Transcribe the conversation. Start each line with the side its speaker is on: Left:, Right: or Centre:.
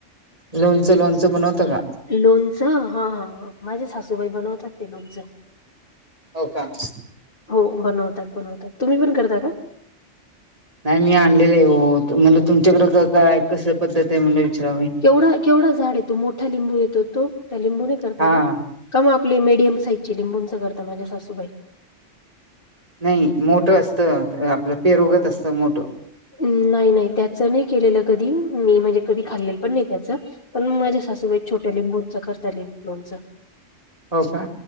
Right: लोणचं लोणचं बनवतं का?
Left: लोणचं हा हा हा, माझे सासूबाई बनवतात ते लोणचं.
Right: हो का?
Left: हो बनवतात बनवतात तुम्ही पण करता का?
Right: नाही मी आणलेलं आहे हो म्हण तुमच्याकडे काय कस पद्धत आहे म्हणलं विचारावी.
Left: केवढा केवढा झाड येतो मोठा लिंबू येतो तो त्या लिंबू ने करता
Right: हा
Left: का? का, म आपले मीडियम साईजची लिंबूंचं करत माझ्या सासूबाई.
Right: नाही मोठं असत आपलं पेरोगत असतं मोठं.
Left: नाही नाही त्याच नाही केलेलं कधी मी म्हणजे कधी खाल्लेलं पण नाही त्याच पण माझ्या सा''--'' सासुबाई छोट्या लिंबूं च करता लिं लोणचं.
Right: हो का,